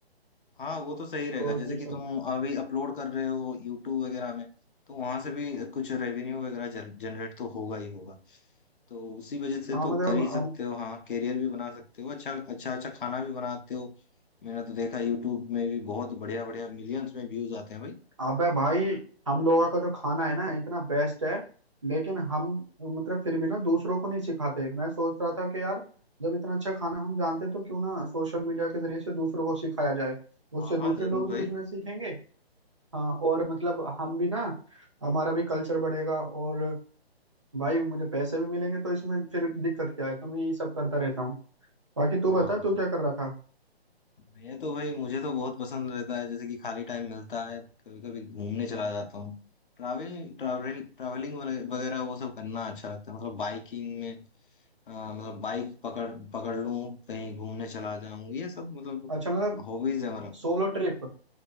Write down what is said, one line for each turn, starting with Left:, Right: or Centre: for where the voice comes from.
Left: हाँ वो तो सही रहेगा
Right: तो
Left: जैसे
Right: ये
Left: कि
Right: सब
Left: तुम अभी अपलोड कर रहे हो यूट्यूब वगैरह में तो वहां से भी कुछ रेवेन्यू वगैरह जनरेट तो होगा ही होगा तो उसी वजह से
Right: हाँ
Left: तो
Right: मतलब
Left: कर ही सकते हो हाँ करियर भी बना सकते हो अच्छा अच्छा अच्छा खाना भी बनाते हो मैंने तो देखा यूट्यूब में भी बहुत बढ़िया बढ़िया मिलियंस में व्यूज आते हैं भाई
Right: अबे भाई हम लोगों का जो खाना है ना इतना बेस्ट है लेकिन हम मतलब फिर भी ना दूसरों को नहीं सिखाते मैं सोच रहा था कि यार जब इतना अच्छा खाना हम जानते तो क्यों ना सोशल मीडिया के जरिए से दूसरों को सिखाया जाए
Left: हाँ
Right: उससे
Left: हाँ
Right: दूसरे
Left: जरूर
Right: लोग भी
Left: भाई
Right: कुछ ना सीखेंगे हाँ और मतलब हम भी ना हमारा भी कल्चर बढ़ेगा और भाई मुझे पैसे भी मिलेंगे तो इसमें फिर दिक्कत क्या है तो मैं यही सब करता रहता हूँ बाकी तू
Left: हाँ
Right: बता
Left: हाँ
Right: तू क्या कर रहा था
Left: मैं तो भाई मुझे तो बहुत पसंद रहता है जैसे कि खाली टाइम मिलता है कभी कभी घूमने चला जाता हूँ ट्रैवलिंग ट्रैवलिंग ट्रैवलिंग वगैरह वो सब करना अच्छा लगता है मतलब बाइकिंग में आ, मतलब बाइक पकड़ पकड़ लूं कहीं घूमने चला जाऊं ये सब मतलब
Right: अच्छा मतलब
Left: हॉबीज है मेरा
Right: सोलो ट्रिप